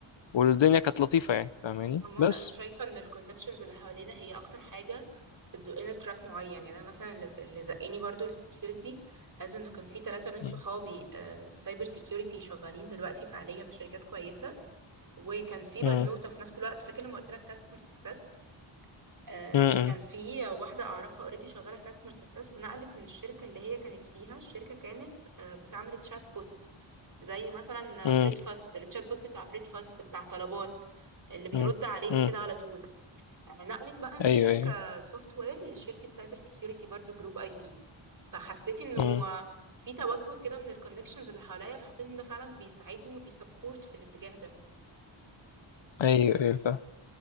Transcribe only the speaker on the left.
والدنيا كانت لطيفه يعني فاهماني
بس
مم.
مم.
مم.
مم.
مم.
مم.
ايوه
ايوه
مم.
ايوه ايوه فاهم.